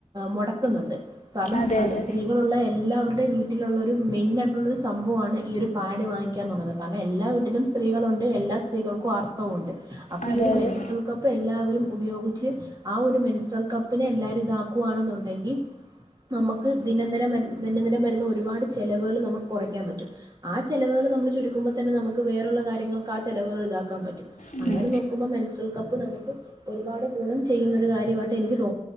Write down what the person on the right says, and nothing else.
മൊടക്കുന്നുണ്ട്. കാരണം
സ്ത്രീ
സ്ത്രീകളൊള്ള എല്ലാവരുടെ വീട്ടിലുള്ളൊരു മെയിനായിട്ടുള്ളൊരു സംഭവമാണ് ഈ ഒരു പാഡ് വാങ്ങിക്കുകന്ന്ള്ളത്. കാരണം എല്ലാ വീട്ടിലും സ്ത്രീകളുണ്ട് എല്ലാ സ്ത്രീൾക്കും ആർ ഊണ്ട്. അപ്പൊ
ഈ ഒരു
മെൻസ്ട്രൽ കപ്പ് എല്ലാവരും ഉപയോഗിച്ച് ആ ഒരു മെൻസ്ട്രൽ കപ്പ് പിന്നെ എല്ലാരും ഇതാക്കുവാന്നുണ്ടെങ്കി നമുക്ക് ദിനംന്തരം വര്ന്ന ദിനദിനം വരുന്ന ഒരുപാട് ചെലവേള് നമക്ക് കൊറയ്ക്കാൻ പറ്റും. ആ ചെലവ്കള് നമ്മള് ചുരുക്കുമ്പോ തന്നെ നമുക്ക് വേറെള്ള കാര്യങ്ങൾ ആ ചെലവ്കൾ താക്കാൻ പറ്റും.
അങ്ങനെ നോക്കുമ്പ മെൻസ്റ്റൽ കപ്പ് നമക്ക് ഒരുപാട് ഗുണം ചെയ്യുന്ന ഒരു കാര്യവായിട്ട് എനിക്